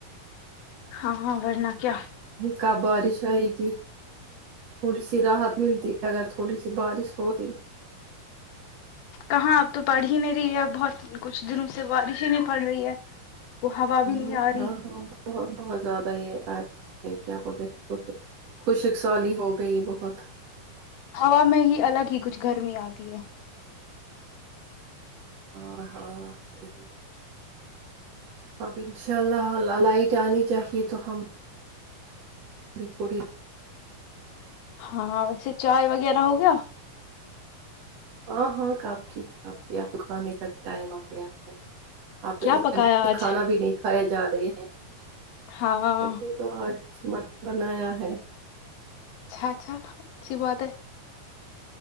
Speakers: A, on the left; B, on the right.
A: ہاں ہاں ورنہ کیا
B: کب بارش آئیگی تھوڑی سی راحت ملتی ہے اگر تھوڑی سی بارش ہوتی
A: کہاں اب تو پڑھ ہی نہیں رہی ہے بہت کچھ دنوں سے بارش ہی نہیں پڑ رہی ہے وہ ہوا
B: ہمم
A: بھی نہیں آ رہی
B: ہاں ہاں بہت بہت زیادہ یے ایپ پے کیا بولتے اوکے خوش اکسالی ہو گئی بہت
A: ہوا میں ہی الگ ہی کچھ گرمی آتی ہے
B: آ ہاں صحیح اب ان شاء اللہ لائٹ آنی چاہیے تو ہم بھی تھوڑی
A: ہاں ویسے چائے وغیرہ ہو گیا
B: ہاں ہاں کپ کی کپ کی اب تو کھانے کا ٹائم آگیا اب تو
A: کیا
B: اس
A: پکایا
B: <unintelligible>
A: آج
B: کھانا بھی نہیں کھائے جا رہے ہیں
A: ہاں
B: ہم نے تو آج مٹن بنایا ہے
A: اچھا اچھا اچھی بات ہے